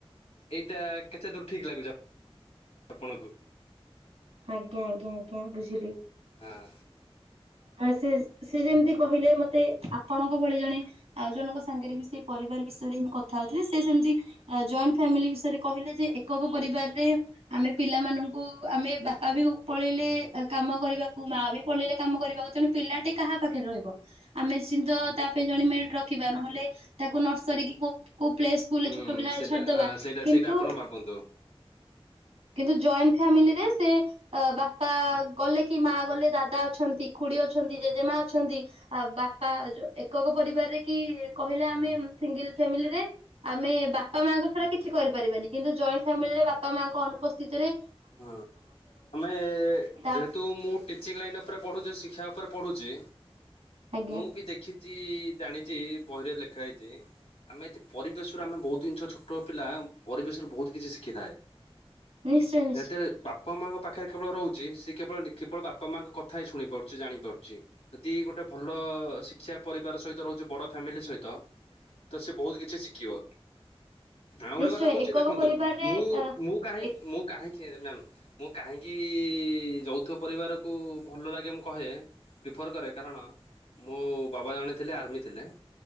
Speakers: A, on the left; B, on the right.
A: ଏଇଟା କେତେ ଦୂର୍ ଠିକ୍ ଲାଗୁଛି ଆ ଆପଣଙ୍କୁ।
B: ଆଜ୍ଞା ଆଜ୍ଞା ଆଜ୍ଞା ବୁଝିଲି।
A: ହାଁ।
B: ଆ ସେ ସେ ଯେମିତି କହିଲେ। ମତେ ଆପଣଙ୍କ ଭଳି ଜଣେ ଆଉ ଜଣଙ୍କ ସାଙ୍ଗରେ ବି ସେ ପରିବାର ବିଷୟରେ ହିଁ ମୁଁ କଥା ହଉଥିଲି ସେ ସେମତି ଜଏଣ୍ଟ୍ ଫ୍ୟାମିଲି ବିଷୟରେ କହିଲେ ଯେ ଏକକ ପରିବାରରେ ଆମେ ପିଲାମାନଙ୍କୁ ଆମେ ବାପା ବି ହଉ ପଳେଇଲେ କାମ କରିବାକୁ ମା ବି ପଳେଇଲେ କାମ କରିବାକୁ <inaudible> ତେଣୁ ପିଲାଟି କାହା ପାଖରେ ରହିବ ନିଶ୍ଚିତ ତାପାଇଁ ଜଣେ ମେଡ୍ ରଖିବା ନହେଲେ ତାକୁ ନର୍ସରୀ କି କୋଉ କୋଉ ପ୍ଲେ ସ୍କୁଲରେ
A: ହୁଁ
B: ଛୋଟ ପିଲାବେଳେ
A: ସେଇଟା
B: ଛାଡିଦବା
A: ହଁ ସେଇଟା
B: କିନ୍ତୁ
A: ସେଇଟା ଆପଣ ଭାବନ୍ତୁ।
B: କିନ୍ତୁ ଜଏଣ୍ଟ୍ ଫ୍ୟାମିଲିରେ ସେ ବାପା ଗଲେ କି ମା ଗଲେ ଦାଦା ଅଛନ୍ତି। ଖୁଡ଼ି ଅଛନ୍ତି ଜେଜେମା ଅଛନ୍ତି ଆ ବାପା ଯୋ ଏକକ ପରିବାରରେ କି କହିଲେ ଆମେ ସିଙ୍ଗଲ୍ ଫ୍ୟାମିଲିରେ ଆମେ ବାପା ମାଆଙ୍କ ଛଡା କିଛି କରିପାରିବାନି କିନ୍ତୁ ଜଏଣ୍ଟ୍ ଫ୍ୟାମିଲିରେ ବା ବାପା ମାଆଙ୍କ ଅନୁପସ୍ଥିତି ରେ
A: ହଁ ଆମେ
B: ତା
A: ଯେହେତୁ ମୁଁ ଟିଚିଂ ଲାଇନରେ ପଢୁଚି ଶିକ୍ଷା ଉପରେ ପଡୁଛି
B: ଆଜ୍ଞା
A: ମୁଁ ବି ଦେଖି ଛି ଜାଣିଛି ବହିରେ ଲେଖା ହେଇଛି ଆମେ ଏତ ପରିବେଶରୁ ଆମେ ବହୁତ ଜିନିଷ ଛୋଟ ପିଲା ପରିବେଶରୁ ବହୁତ କିଛି ଶିଖିଥାଏ
B: ନିଶ୍ଚୟ ନିଶ୍ଚୟ
A: ଯେତେଳେ ବା ବାପା ମାଆଙ୍କ ପାଖରେ କେବଳ ରହୁଛି ସ କେବଳ କେବଳ ବାପା ମାଆଙ୍କ କଥା ହିଁ ଶୁଣି ପାରୁଛି ଜାଣିପାରୁଛି ଯଦି ଗୋଟେ ଭଲ ଶିକ୍ଷା ପରିବାର ସହିତ ରହୁଛି ବଡ଼ ଫ୍ୟାମିଲି ସହିତ ତ ସି ବହୁତ କିଛି ଶିଖିବ ଆଉ ଗୋଟେ
B: ନିଶ୍ଚୟ
A: କଥା କହୁଛି
B: ଏକକ
A: ଦେଖନ୍ତୁ
B: ପରିବାରରେ
A: ମୁଁ
B: ଅ
A: ମୁଁ କାହିଁ
B: ଏ
A: ମୁଁ କାହିଁ ମ୍ୟାମ କାହିଁକି ଇ ଇ ଯୌତୁକ ପରିବାରକୁ ଭଲ ଲାଗେ ମୁଁ କହେ ପ୍ରିଫର୍ କରେ କାରଣ ମୋ ବାବା ଜଣେ ଥିଲେ ଆର୍ମି ଥିଲେ